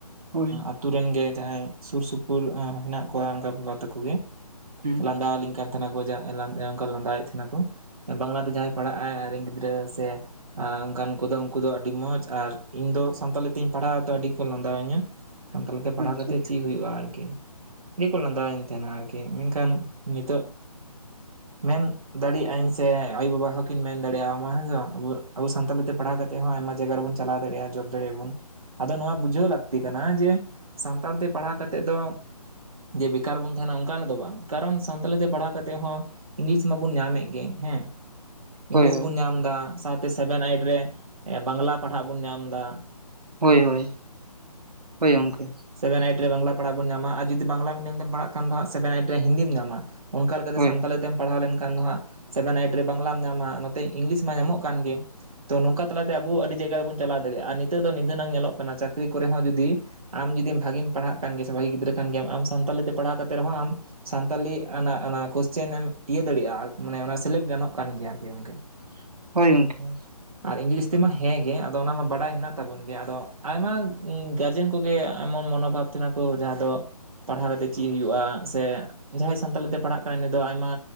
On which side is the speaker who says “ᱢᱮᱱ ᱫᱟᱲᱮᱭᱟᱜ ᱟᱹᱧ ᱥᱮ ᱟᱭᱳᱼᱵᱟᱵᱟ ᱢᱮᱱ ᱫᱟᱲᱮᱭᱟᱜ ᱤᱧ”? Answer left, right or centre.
Right